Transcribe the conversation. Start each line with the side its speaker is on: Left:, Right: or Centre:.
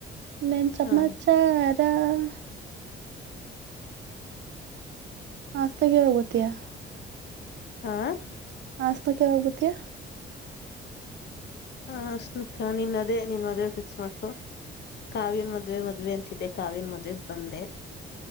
Right: ನೇನ್ ಚಮಾಚಾರಾ
Left: ಹಾ
Right: <unintelligible> ಹ <unintelligible> ಸ್ತಗೆ ಹೋಗತಯಾ
Left: ಹಾ <inaudible>
Right: ಹಾಸ್ಟೆಲ್ ಗೆ ಯಾವಾಗ ಬರ್ತಿಯಾ
Left: ಹಾಸ್ಟಲ್ಕಾ ನೀನ್ ಅದೇ ನೀನ್ ಮದ್ವೆ ಫಿಕ್ಸ್ ಮಾಡ್ಕೊ. ಕಾವ್ಯನ್ ಮದ್ವೆ ಮದ್ವೆ ಅಂತಿದ್ದೆ ಕಾವ್ಯನ್ ಮದ್ವೆಗ್ ಬಂದೆ.